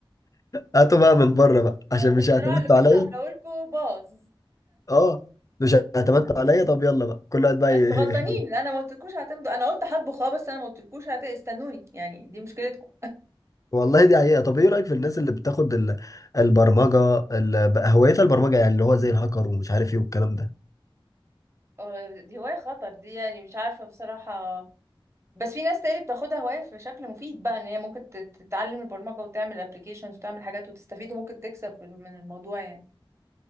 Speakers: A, on the left (about 40°); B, on the right (about 30°).
A: هاتوا بقى من بره بقى
B: <laughs> اه
A: عشان
B: الاختراع
A: مش اعتمدتوا
B: اللي كنت
A: عليا
B: عاملاه لكم باظ
A: اه مش
B: <laughs>
A: اعتمدتوا عليا طب يلا بقى كل واحد بقى
B: انتوا
A: ي...
B: غلطانين انا ما قلتلكوش هتمضوا انا قلت هطبخ اه بس انا ما قلتلكوش هت- استنوني يعني دي مشكلتكم
A: <laughs> والله دي حقيقة طب إيه رأيك في الناس اللي بتاخد ال... البرمجة ال... بقى هوايتها البرمجة يعني اللي هو زي الهاكر ومش عارف إيه والكلام ده
B: آه، دي هواية خطر دي يعني مش عارفة بصراحة بس في ناس تاني بتاخدها هواية في شكل مفيد بقى ان هي ممكن تت- تتعلم البرمجة وتعمل ابلكيشنز وتعمل حاجات وتستفيد وممكن تكسب في- من الموضوع يعني